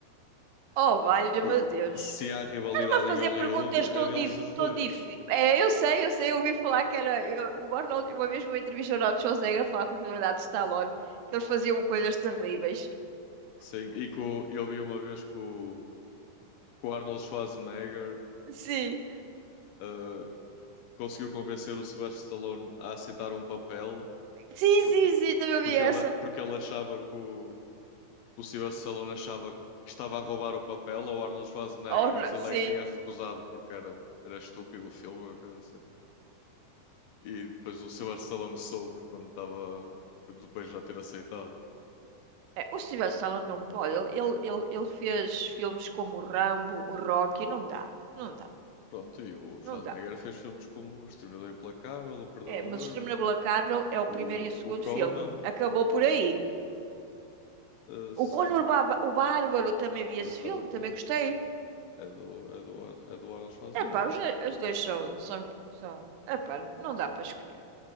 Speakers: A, on the right; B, on the left.
A: Oh, valha,
B: Porque
A: meu Deus.
B: se há rivalidade
A: Estás-me a fazer
B: em Hollywood,
A: perguntas tão
B: é deles
A: dif...
B: os
A: tão
B: dois.
A: dif... É, eu sei, eu sei, eu ouvi falar que era... eu- o Arnold, uma vez numa entrevista ao Arnold Schwarzenegger falar com a realidade de Stallone, que eles faziam coisas terríveis.
B: Sim, e que o- eu vi uma vez que o, que o Arnold Schwarzenegger
A: Sim.
B: ah, conseguiu convencer o Sylvester Stallone a aceitar um papel
A: Sim,
B: porque,
A: sim, sim, também ouvi
B: porque,
A: essa.
B: ele, porque ele achava que o, o Sylvester Stallone achava que estava a roubar o papel ao Arnold Schwarzenegger,
A: Oh, não,
B: mas ele
A: sim.
B: é que tinha recusado porque era, um- era estúpido o filme, ou coisa assim. E depois o Sylvester Stallone soube quando estava, depois de já ter aceitado.
A: É, o Steven Stallone não pode. Ele, ele, ele, ele fez filmes como o Rambo, o Rocky. Não dá, não dá,
B: Pronto, e o Schwarzenegger
A: não dá.
B: fez filmes como O Exterminador Implacável, O Predador,
A: É, mas o Exterminador Implacável é o
B: o,
A: primeiro e o segundo
B: o Conan,
A: filme. Acabou por aí.
B: eh, sim,
A: O Conor o Ba- o Bárbaro também vi
B: exato.
A: esse filme, também gostei.
B: É do, é do, Ar- é do Arnold Schwarzenegger.
A: Epá, os, as duas são, são, são. Epá, não dá para escolher.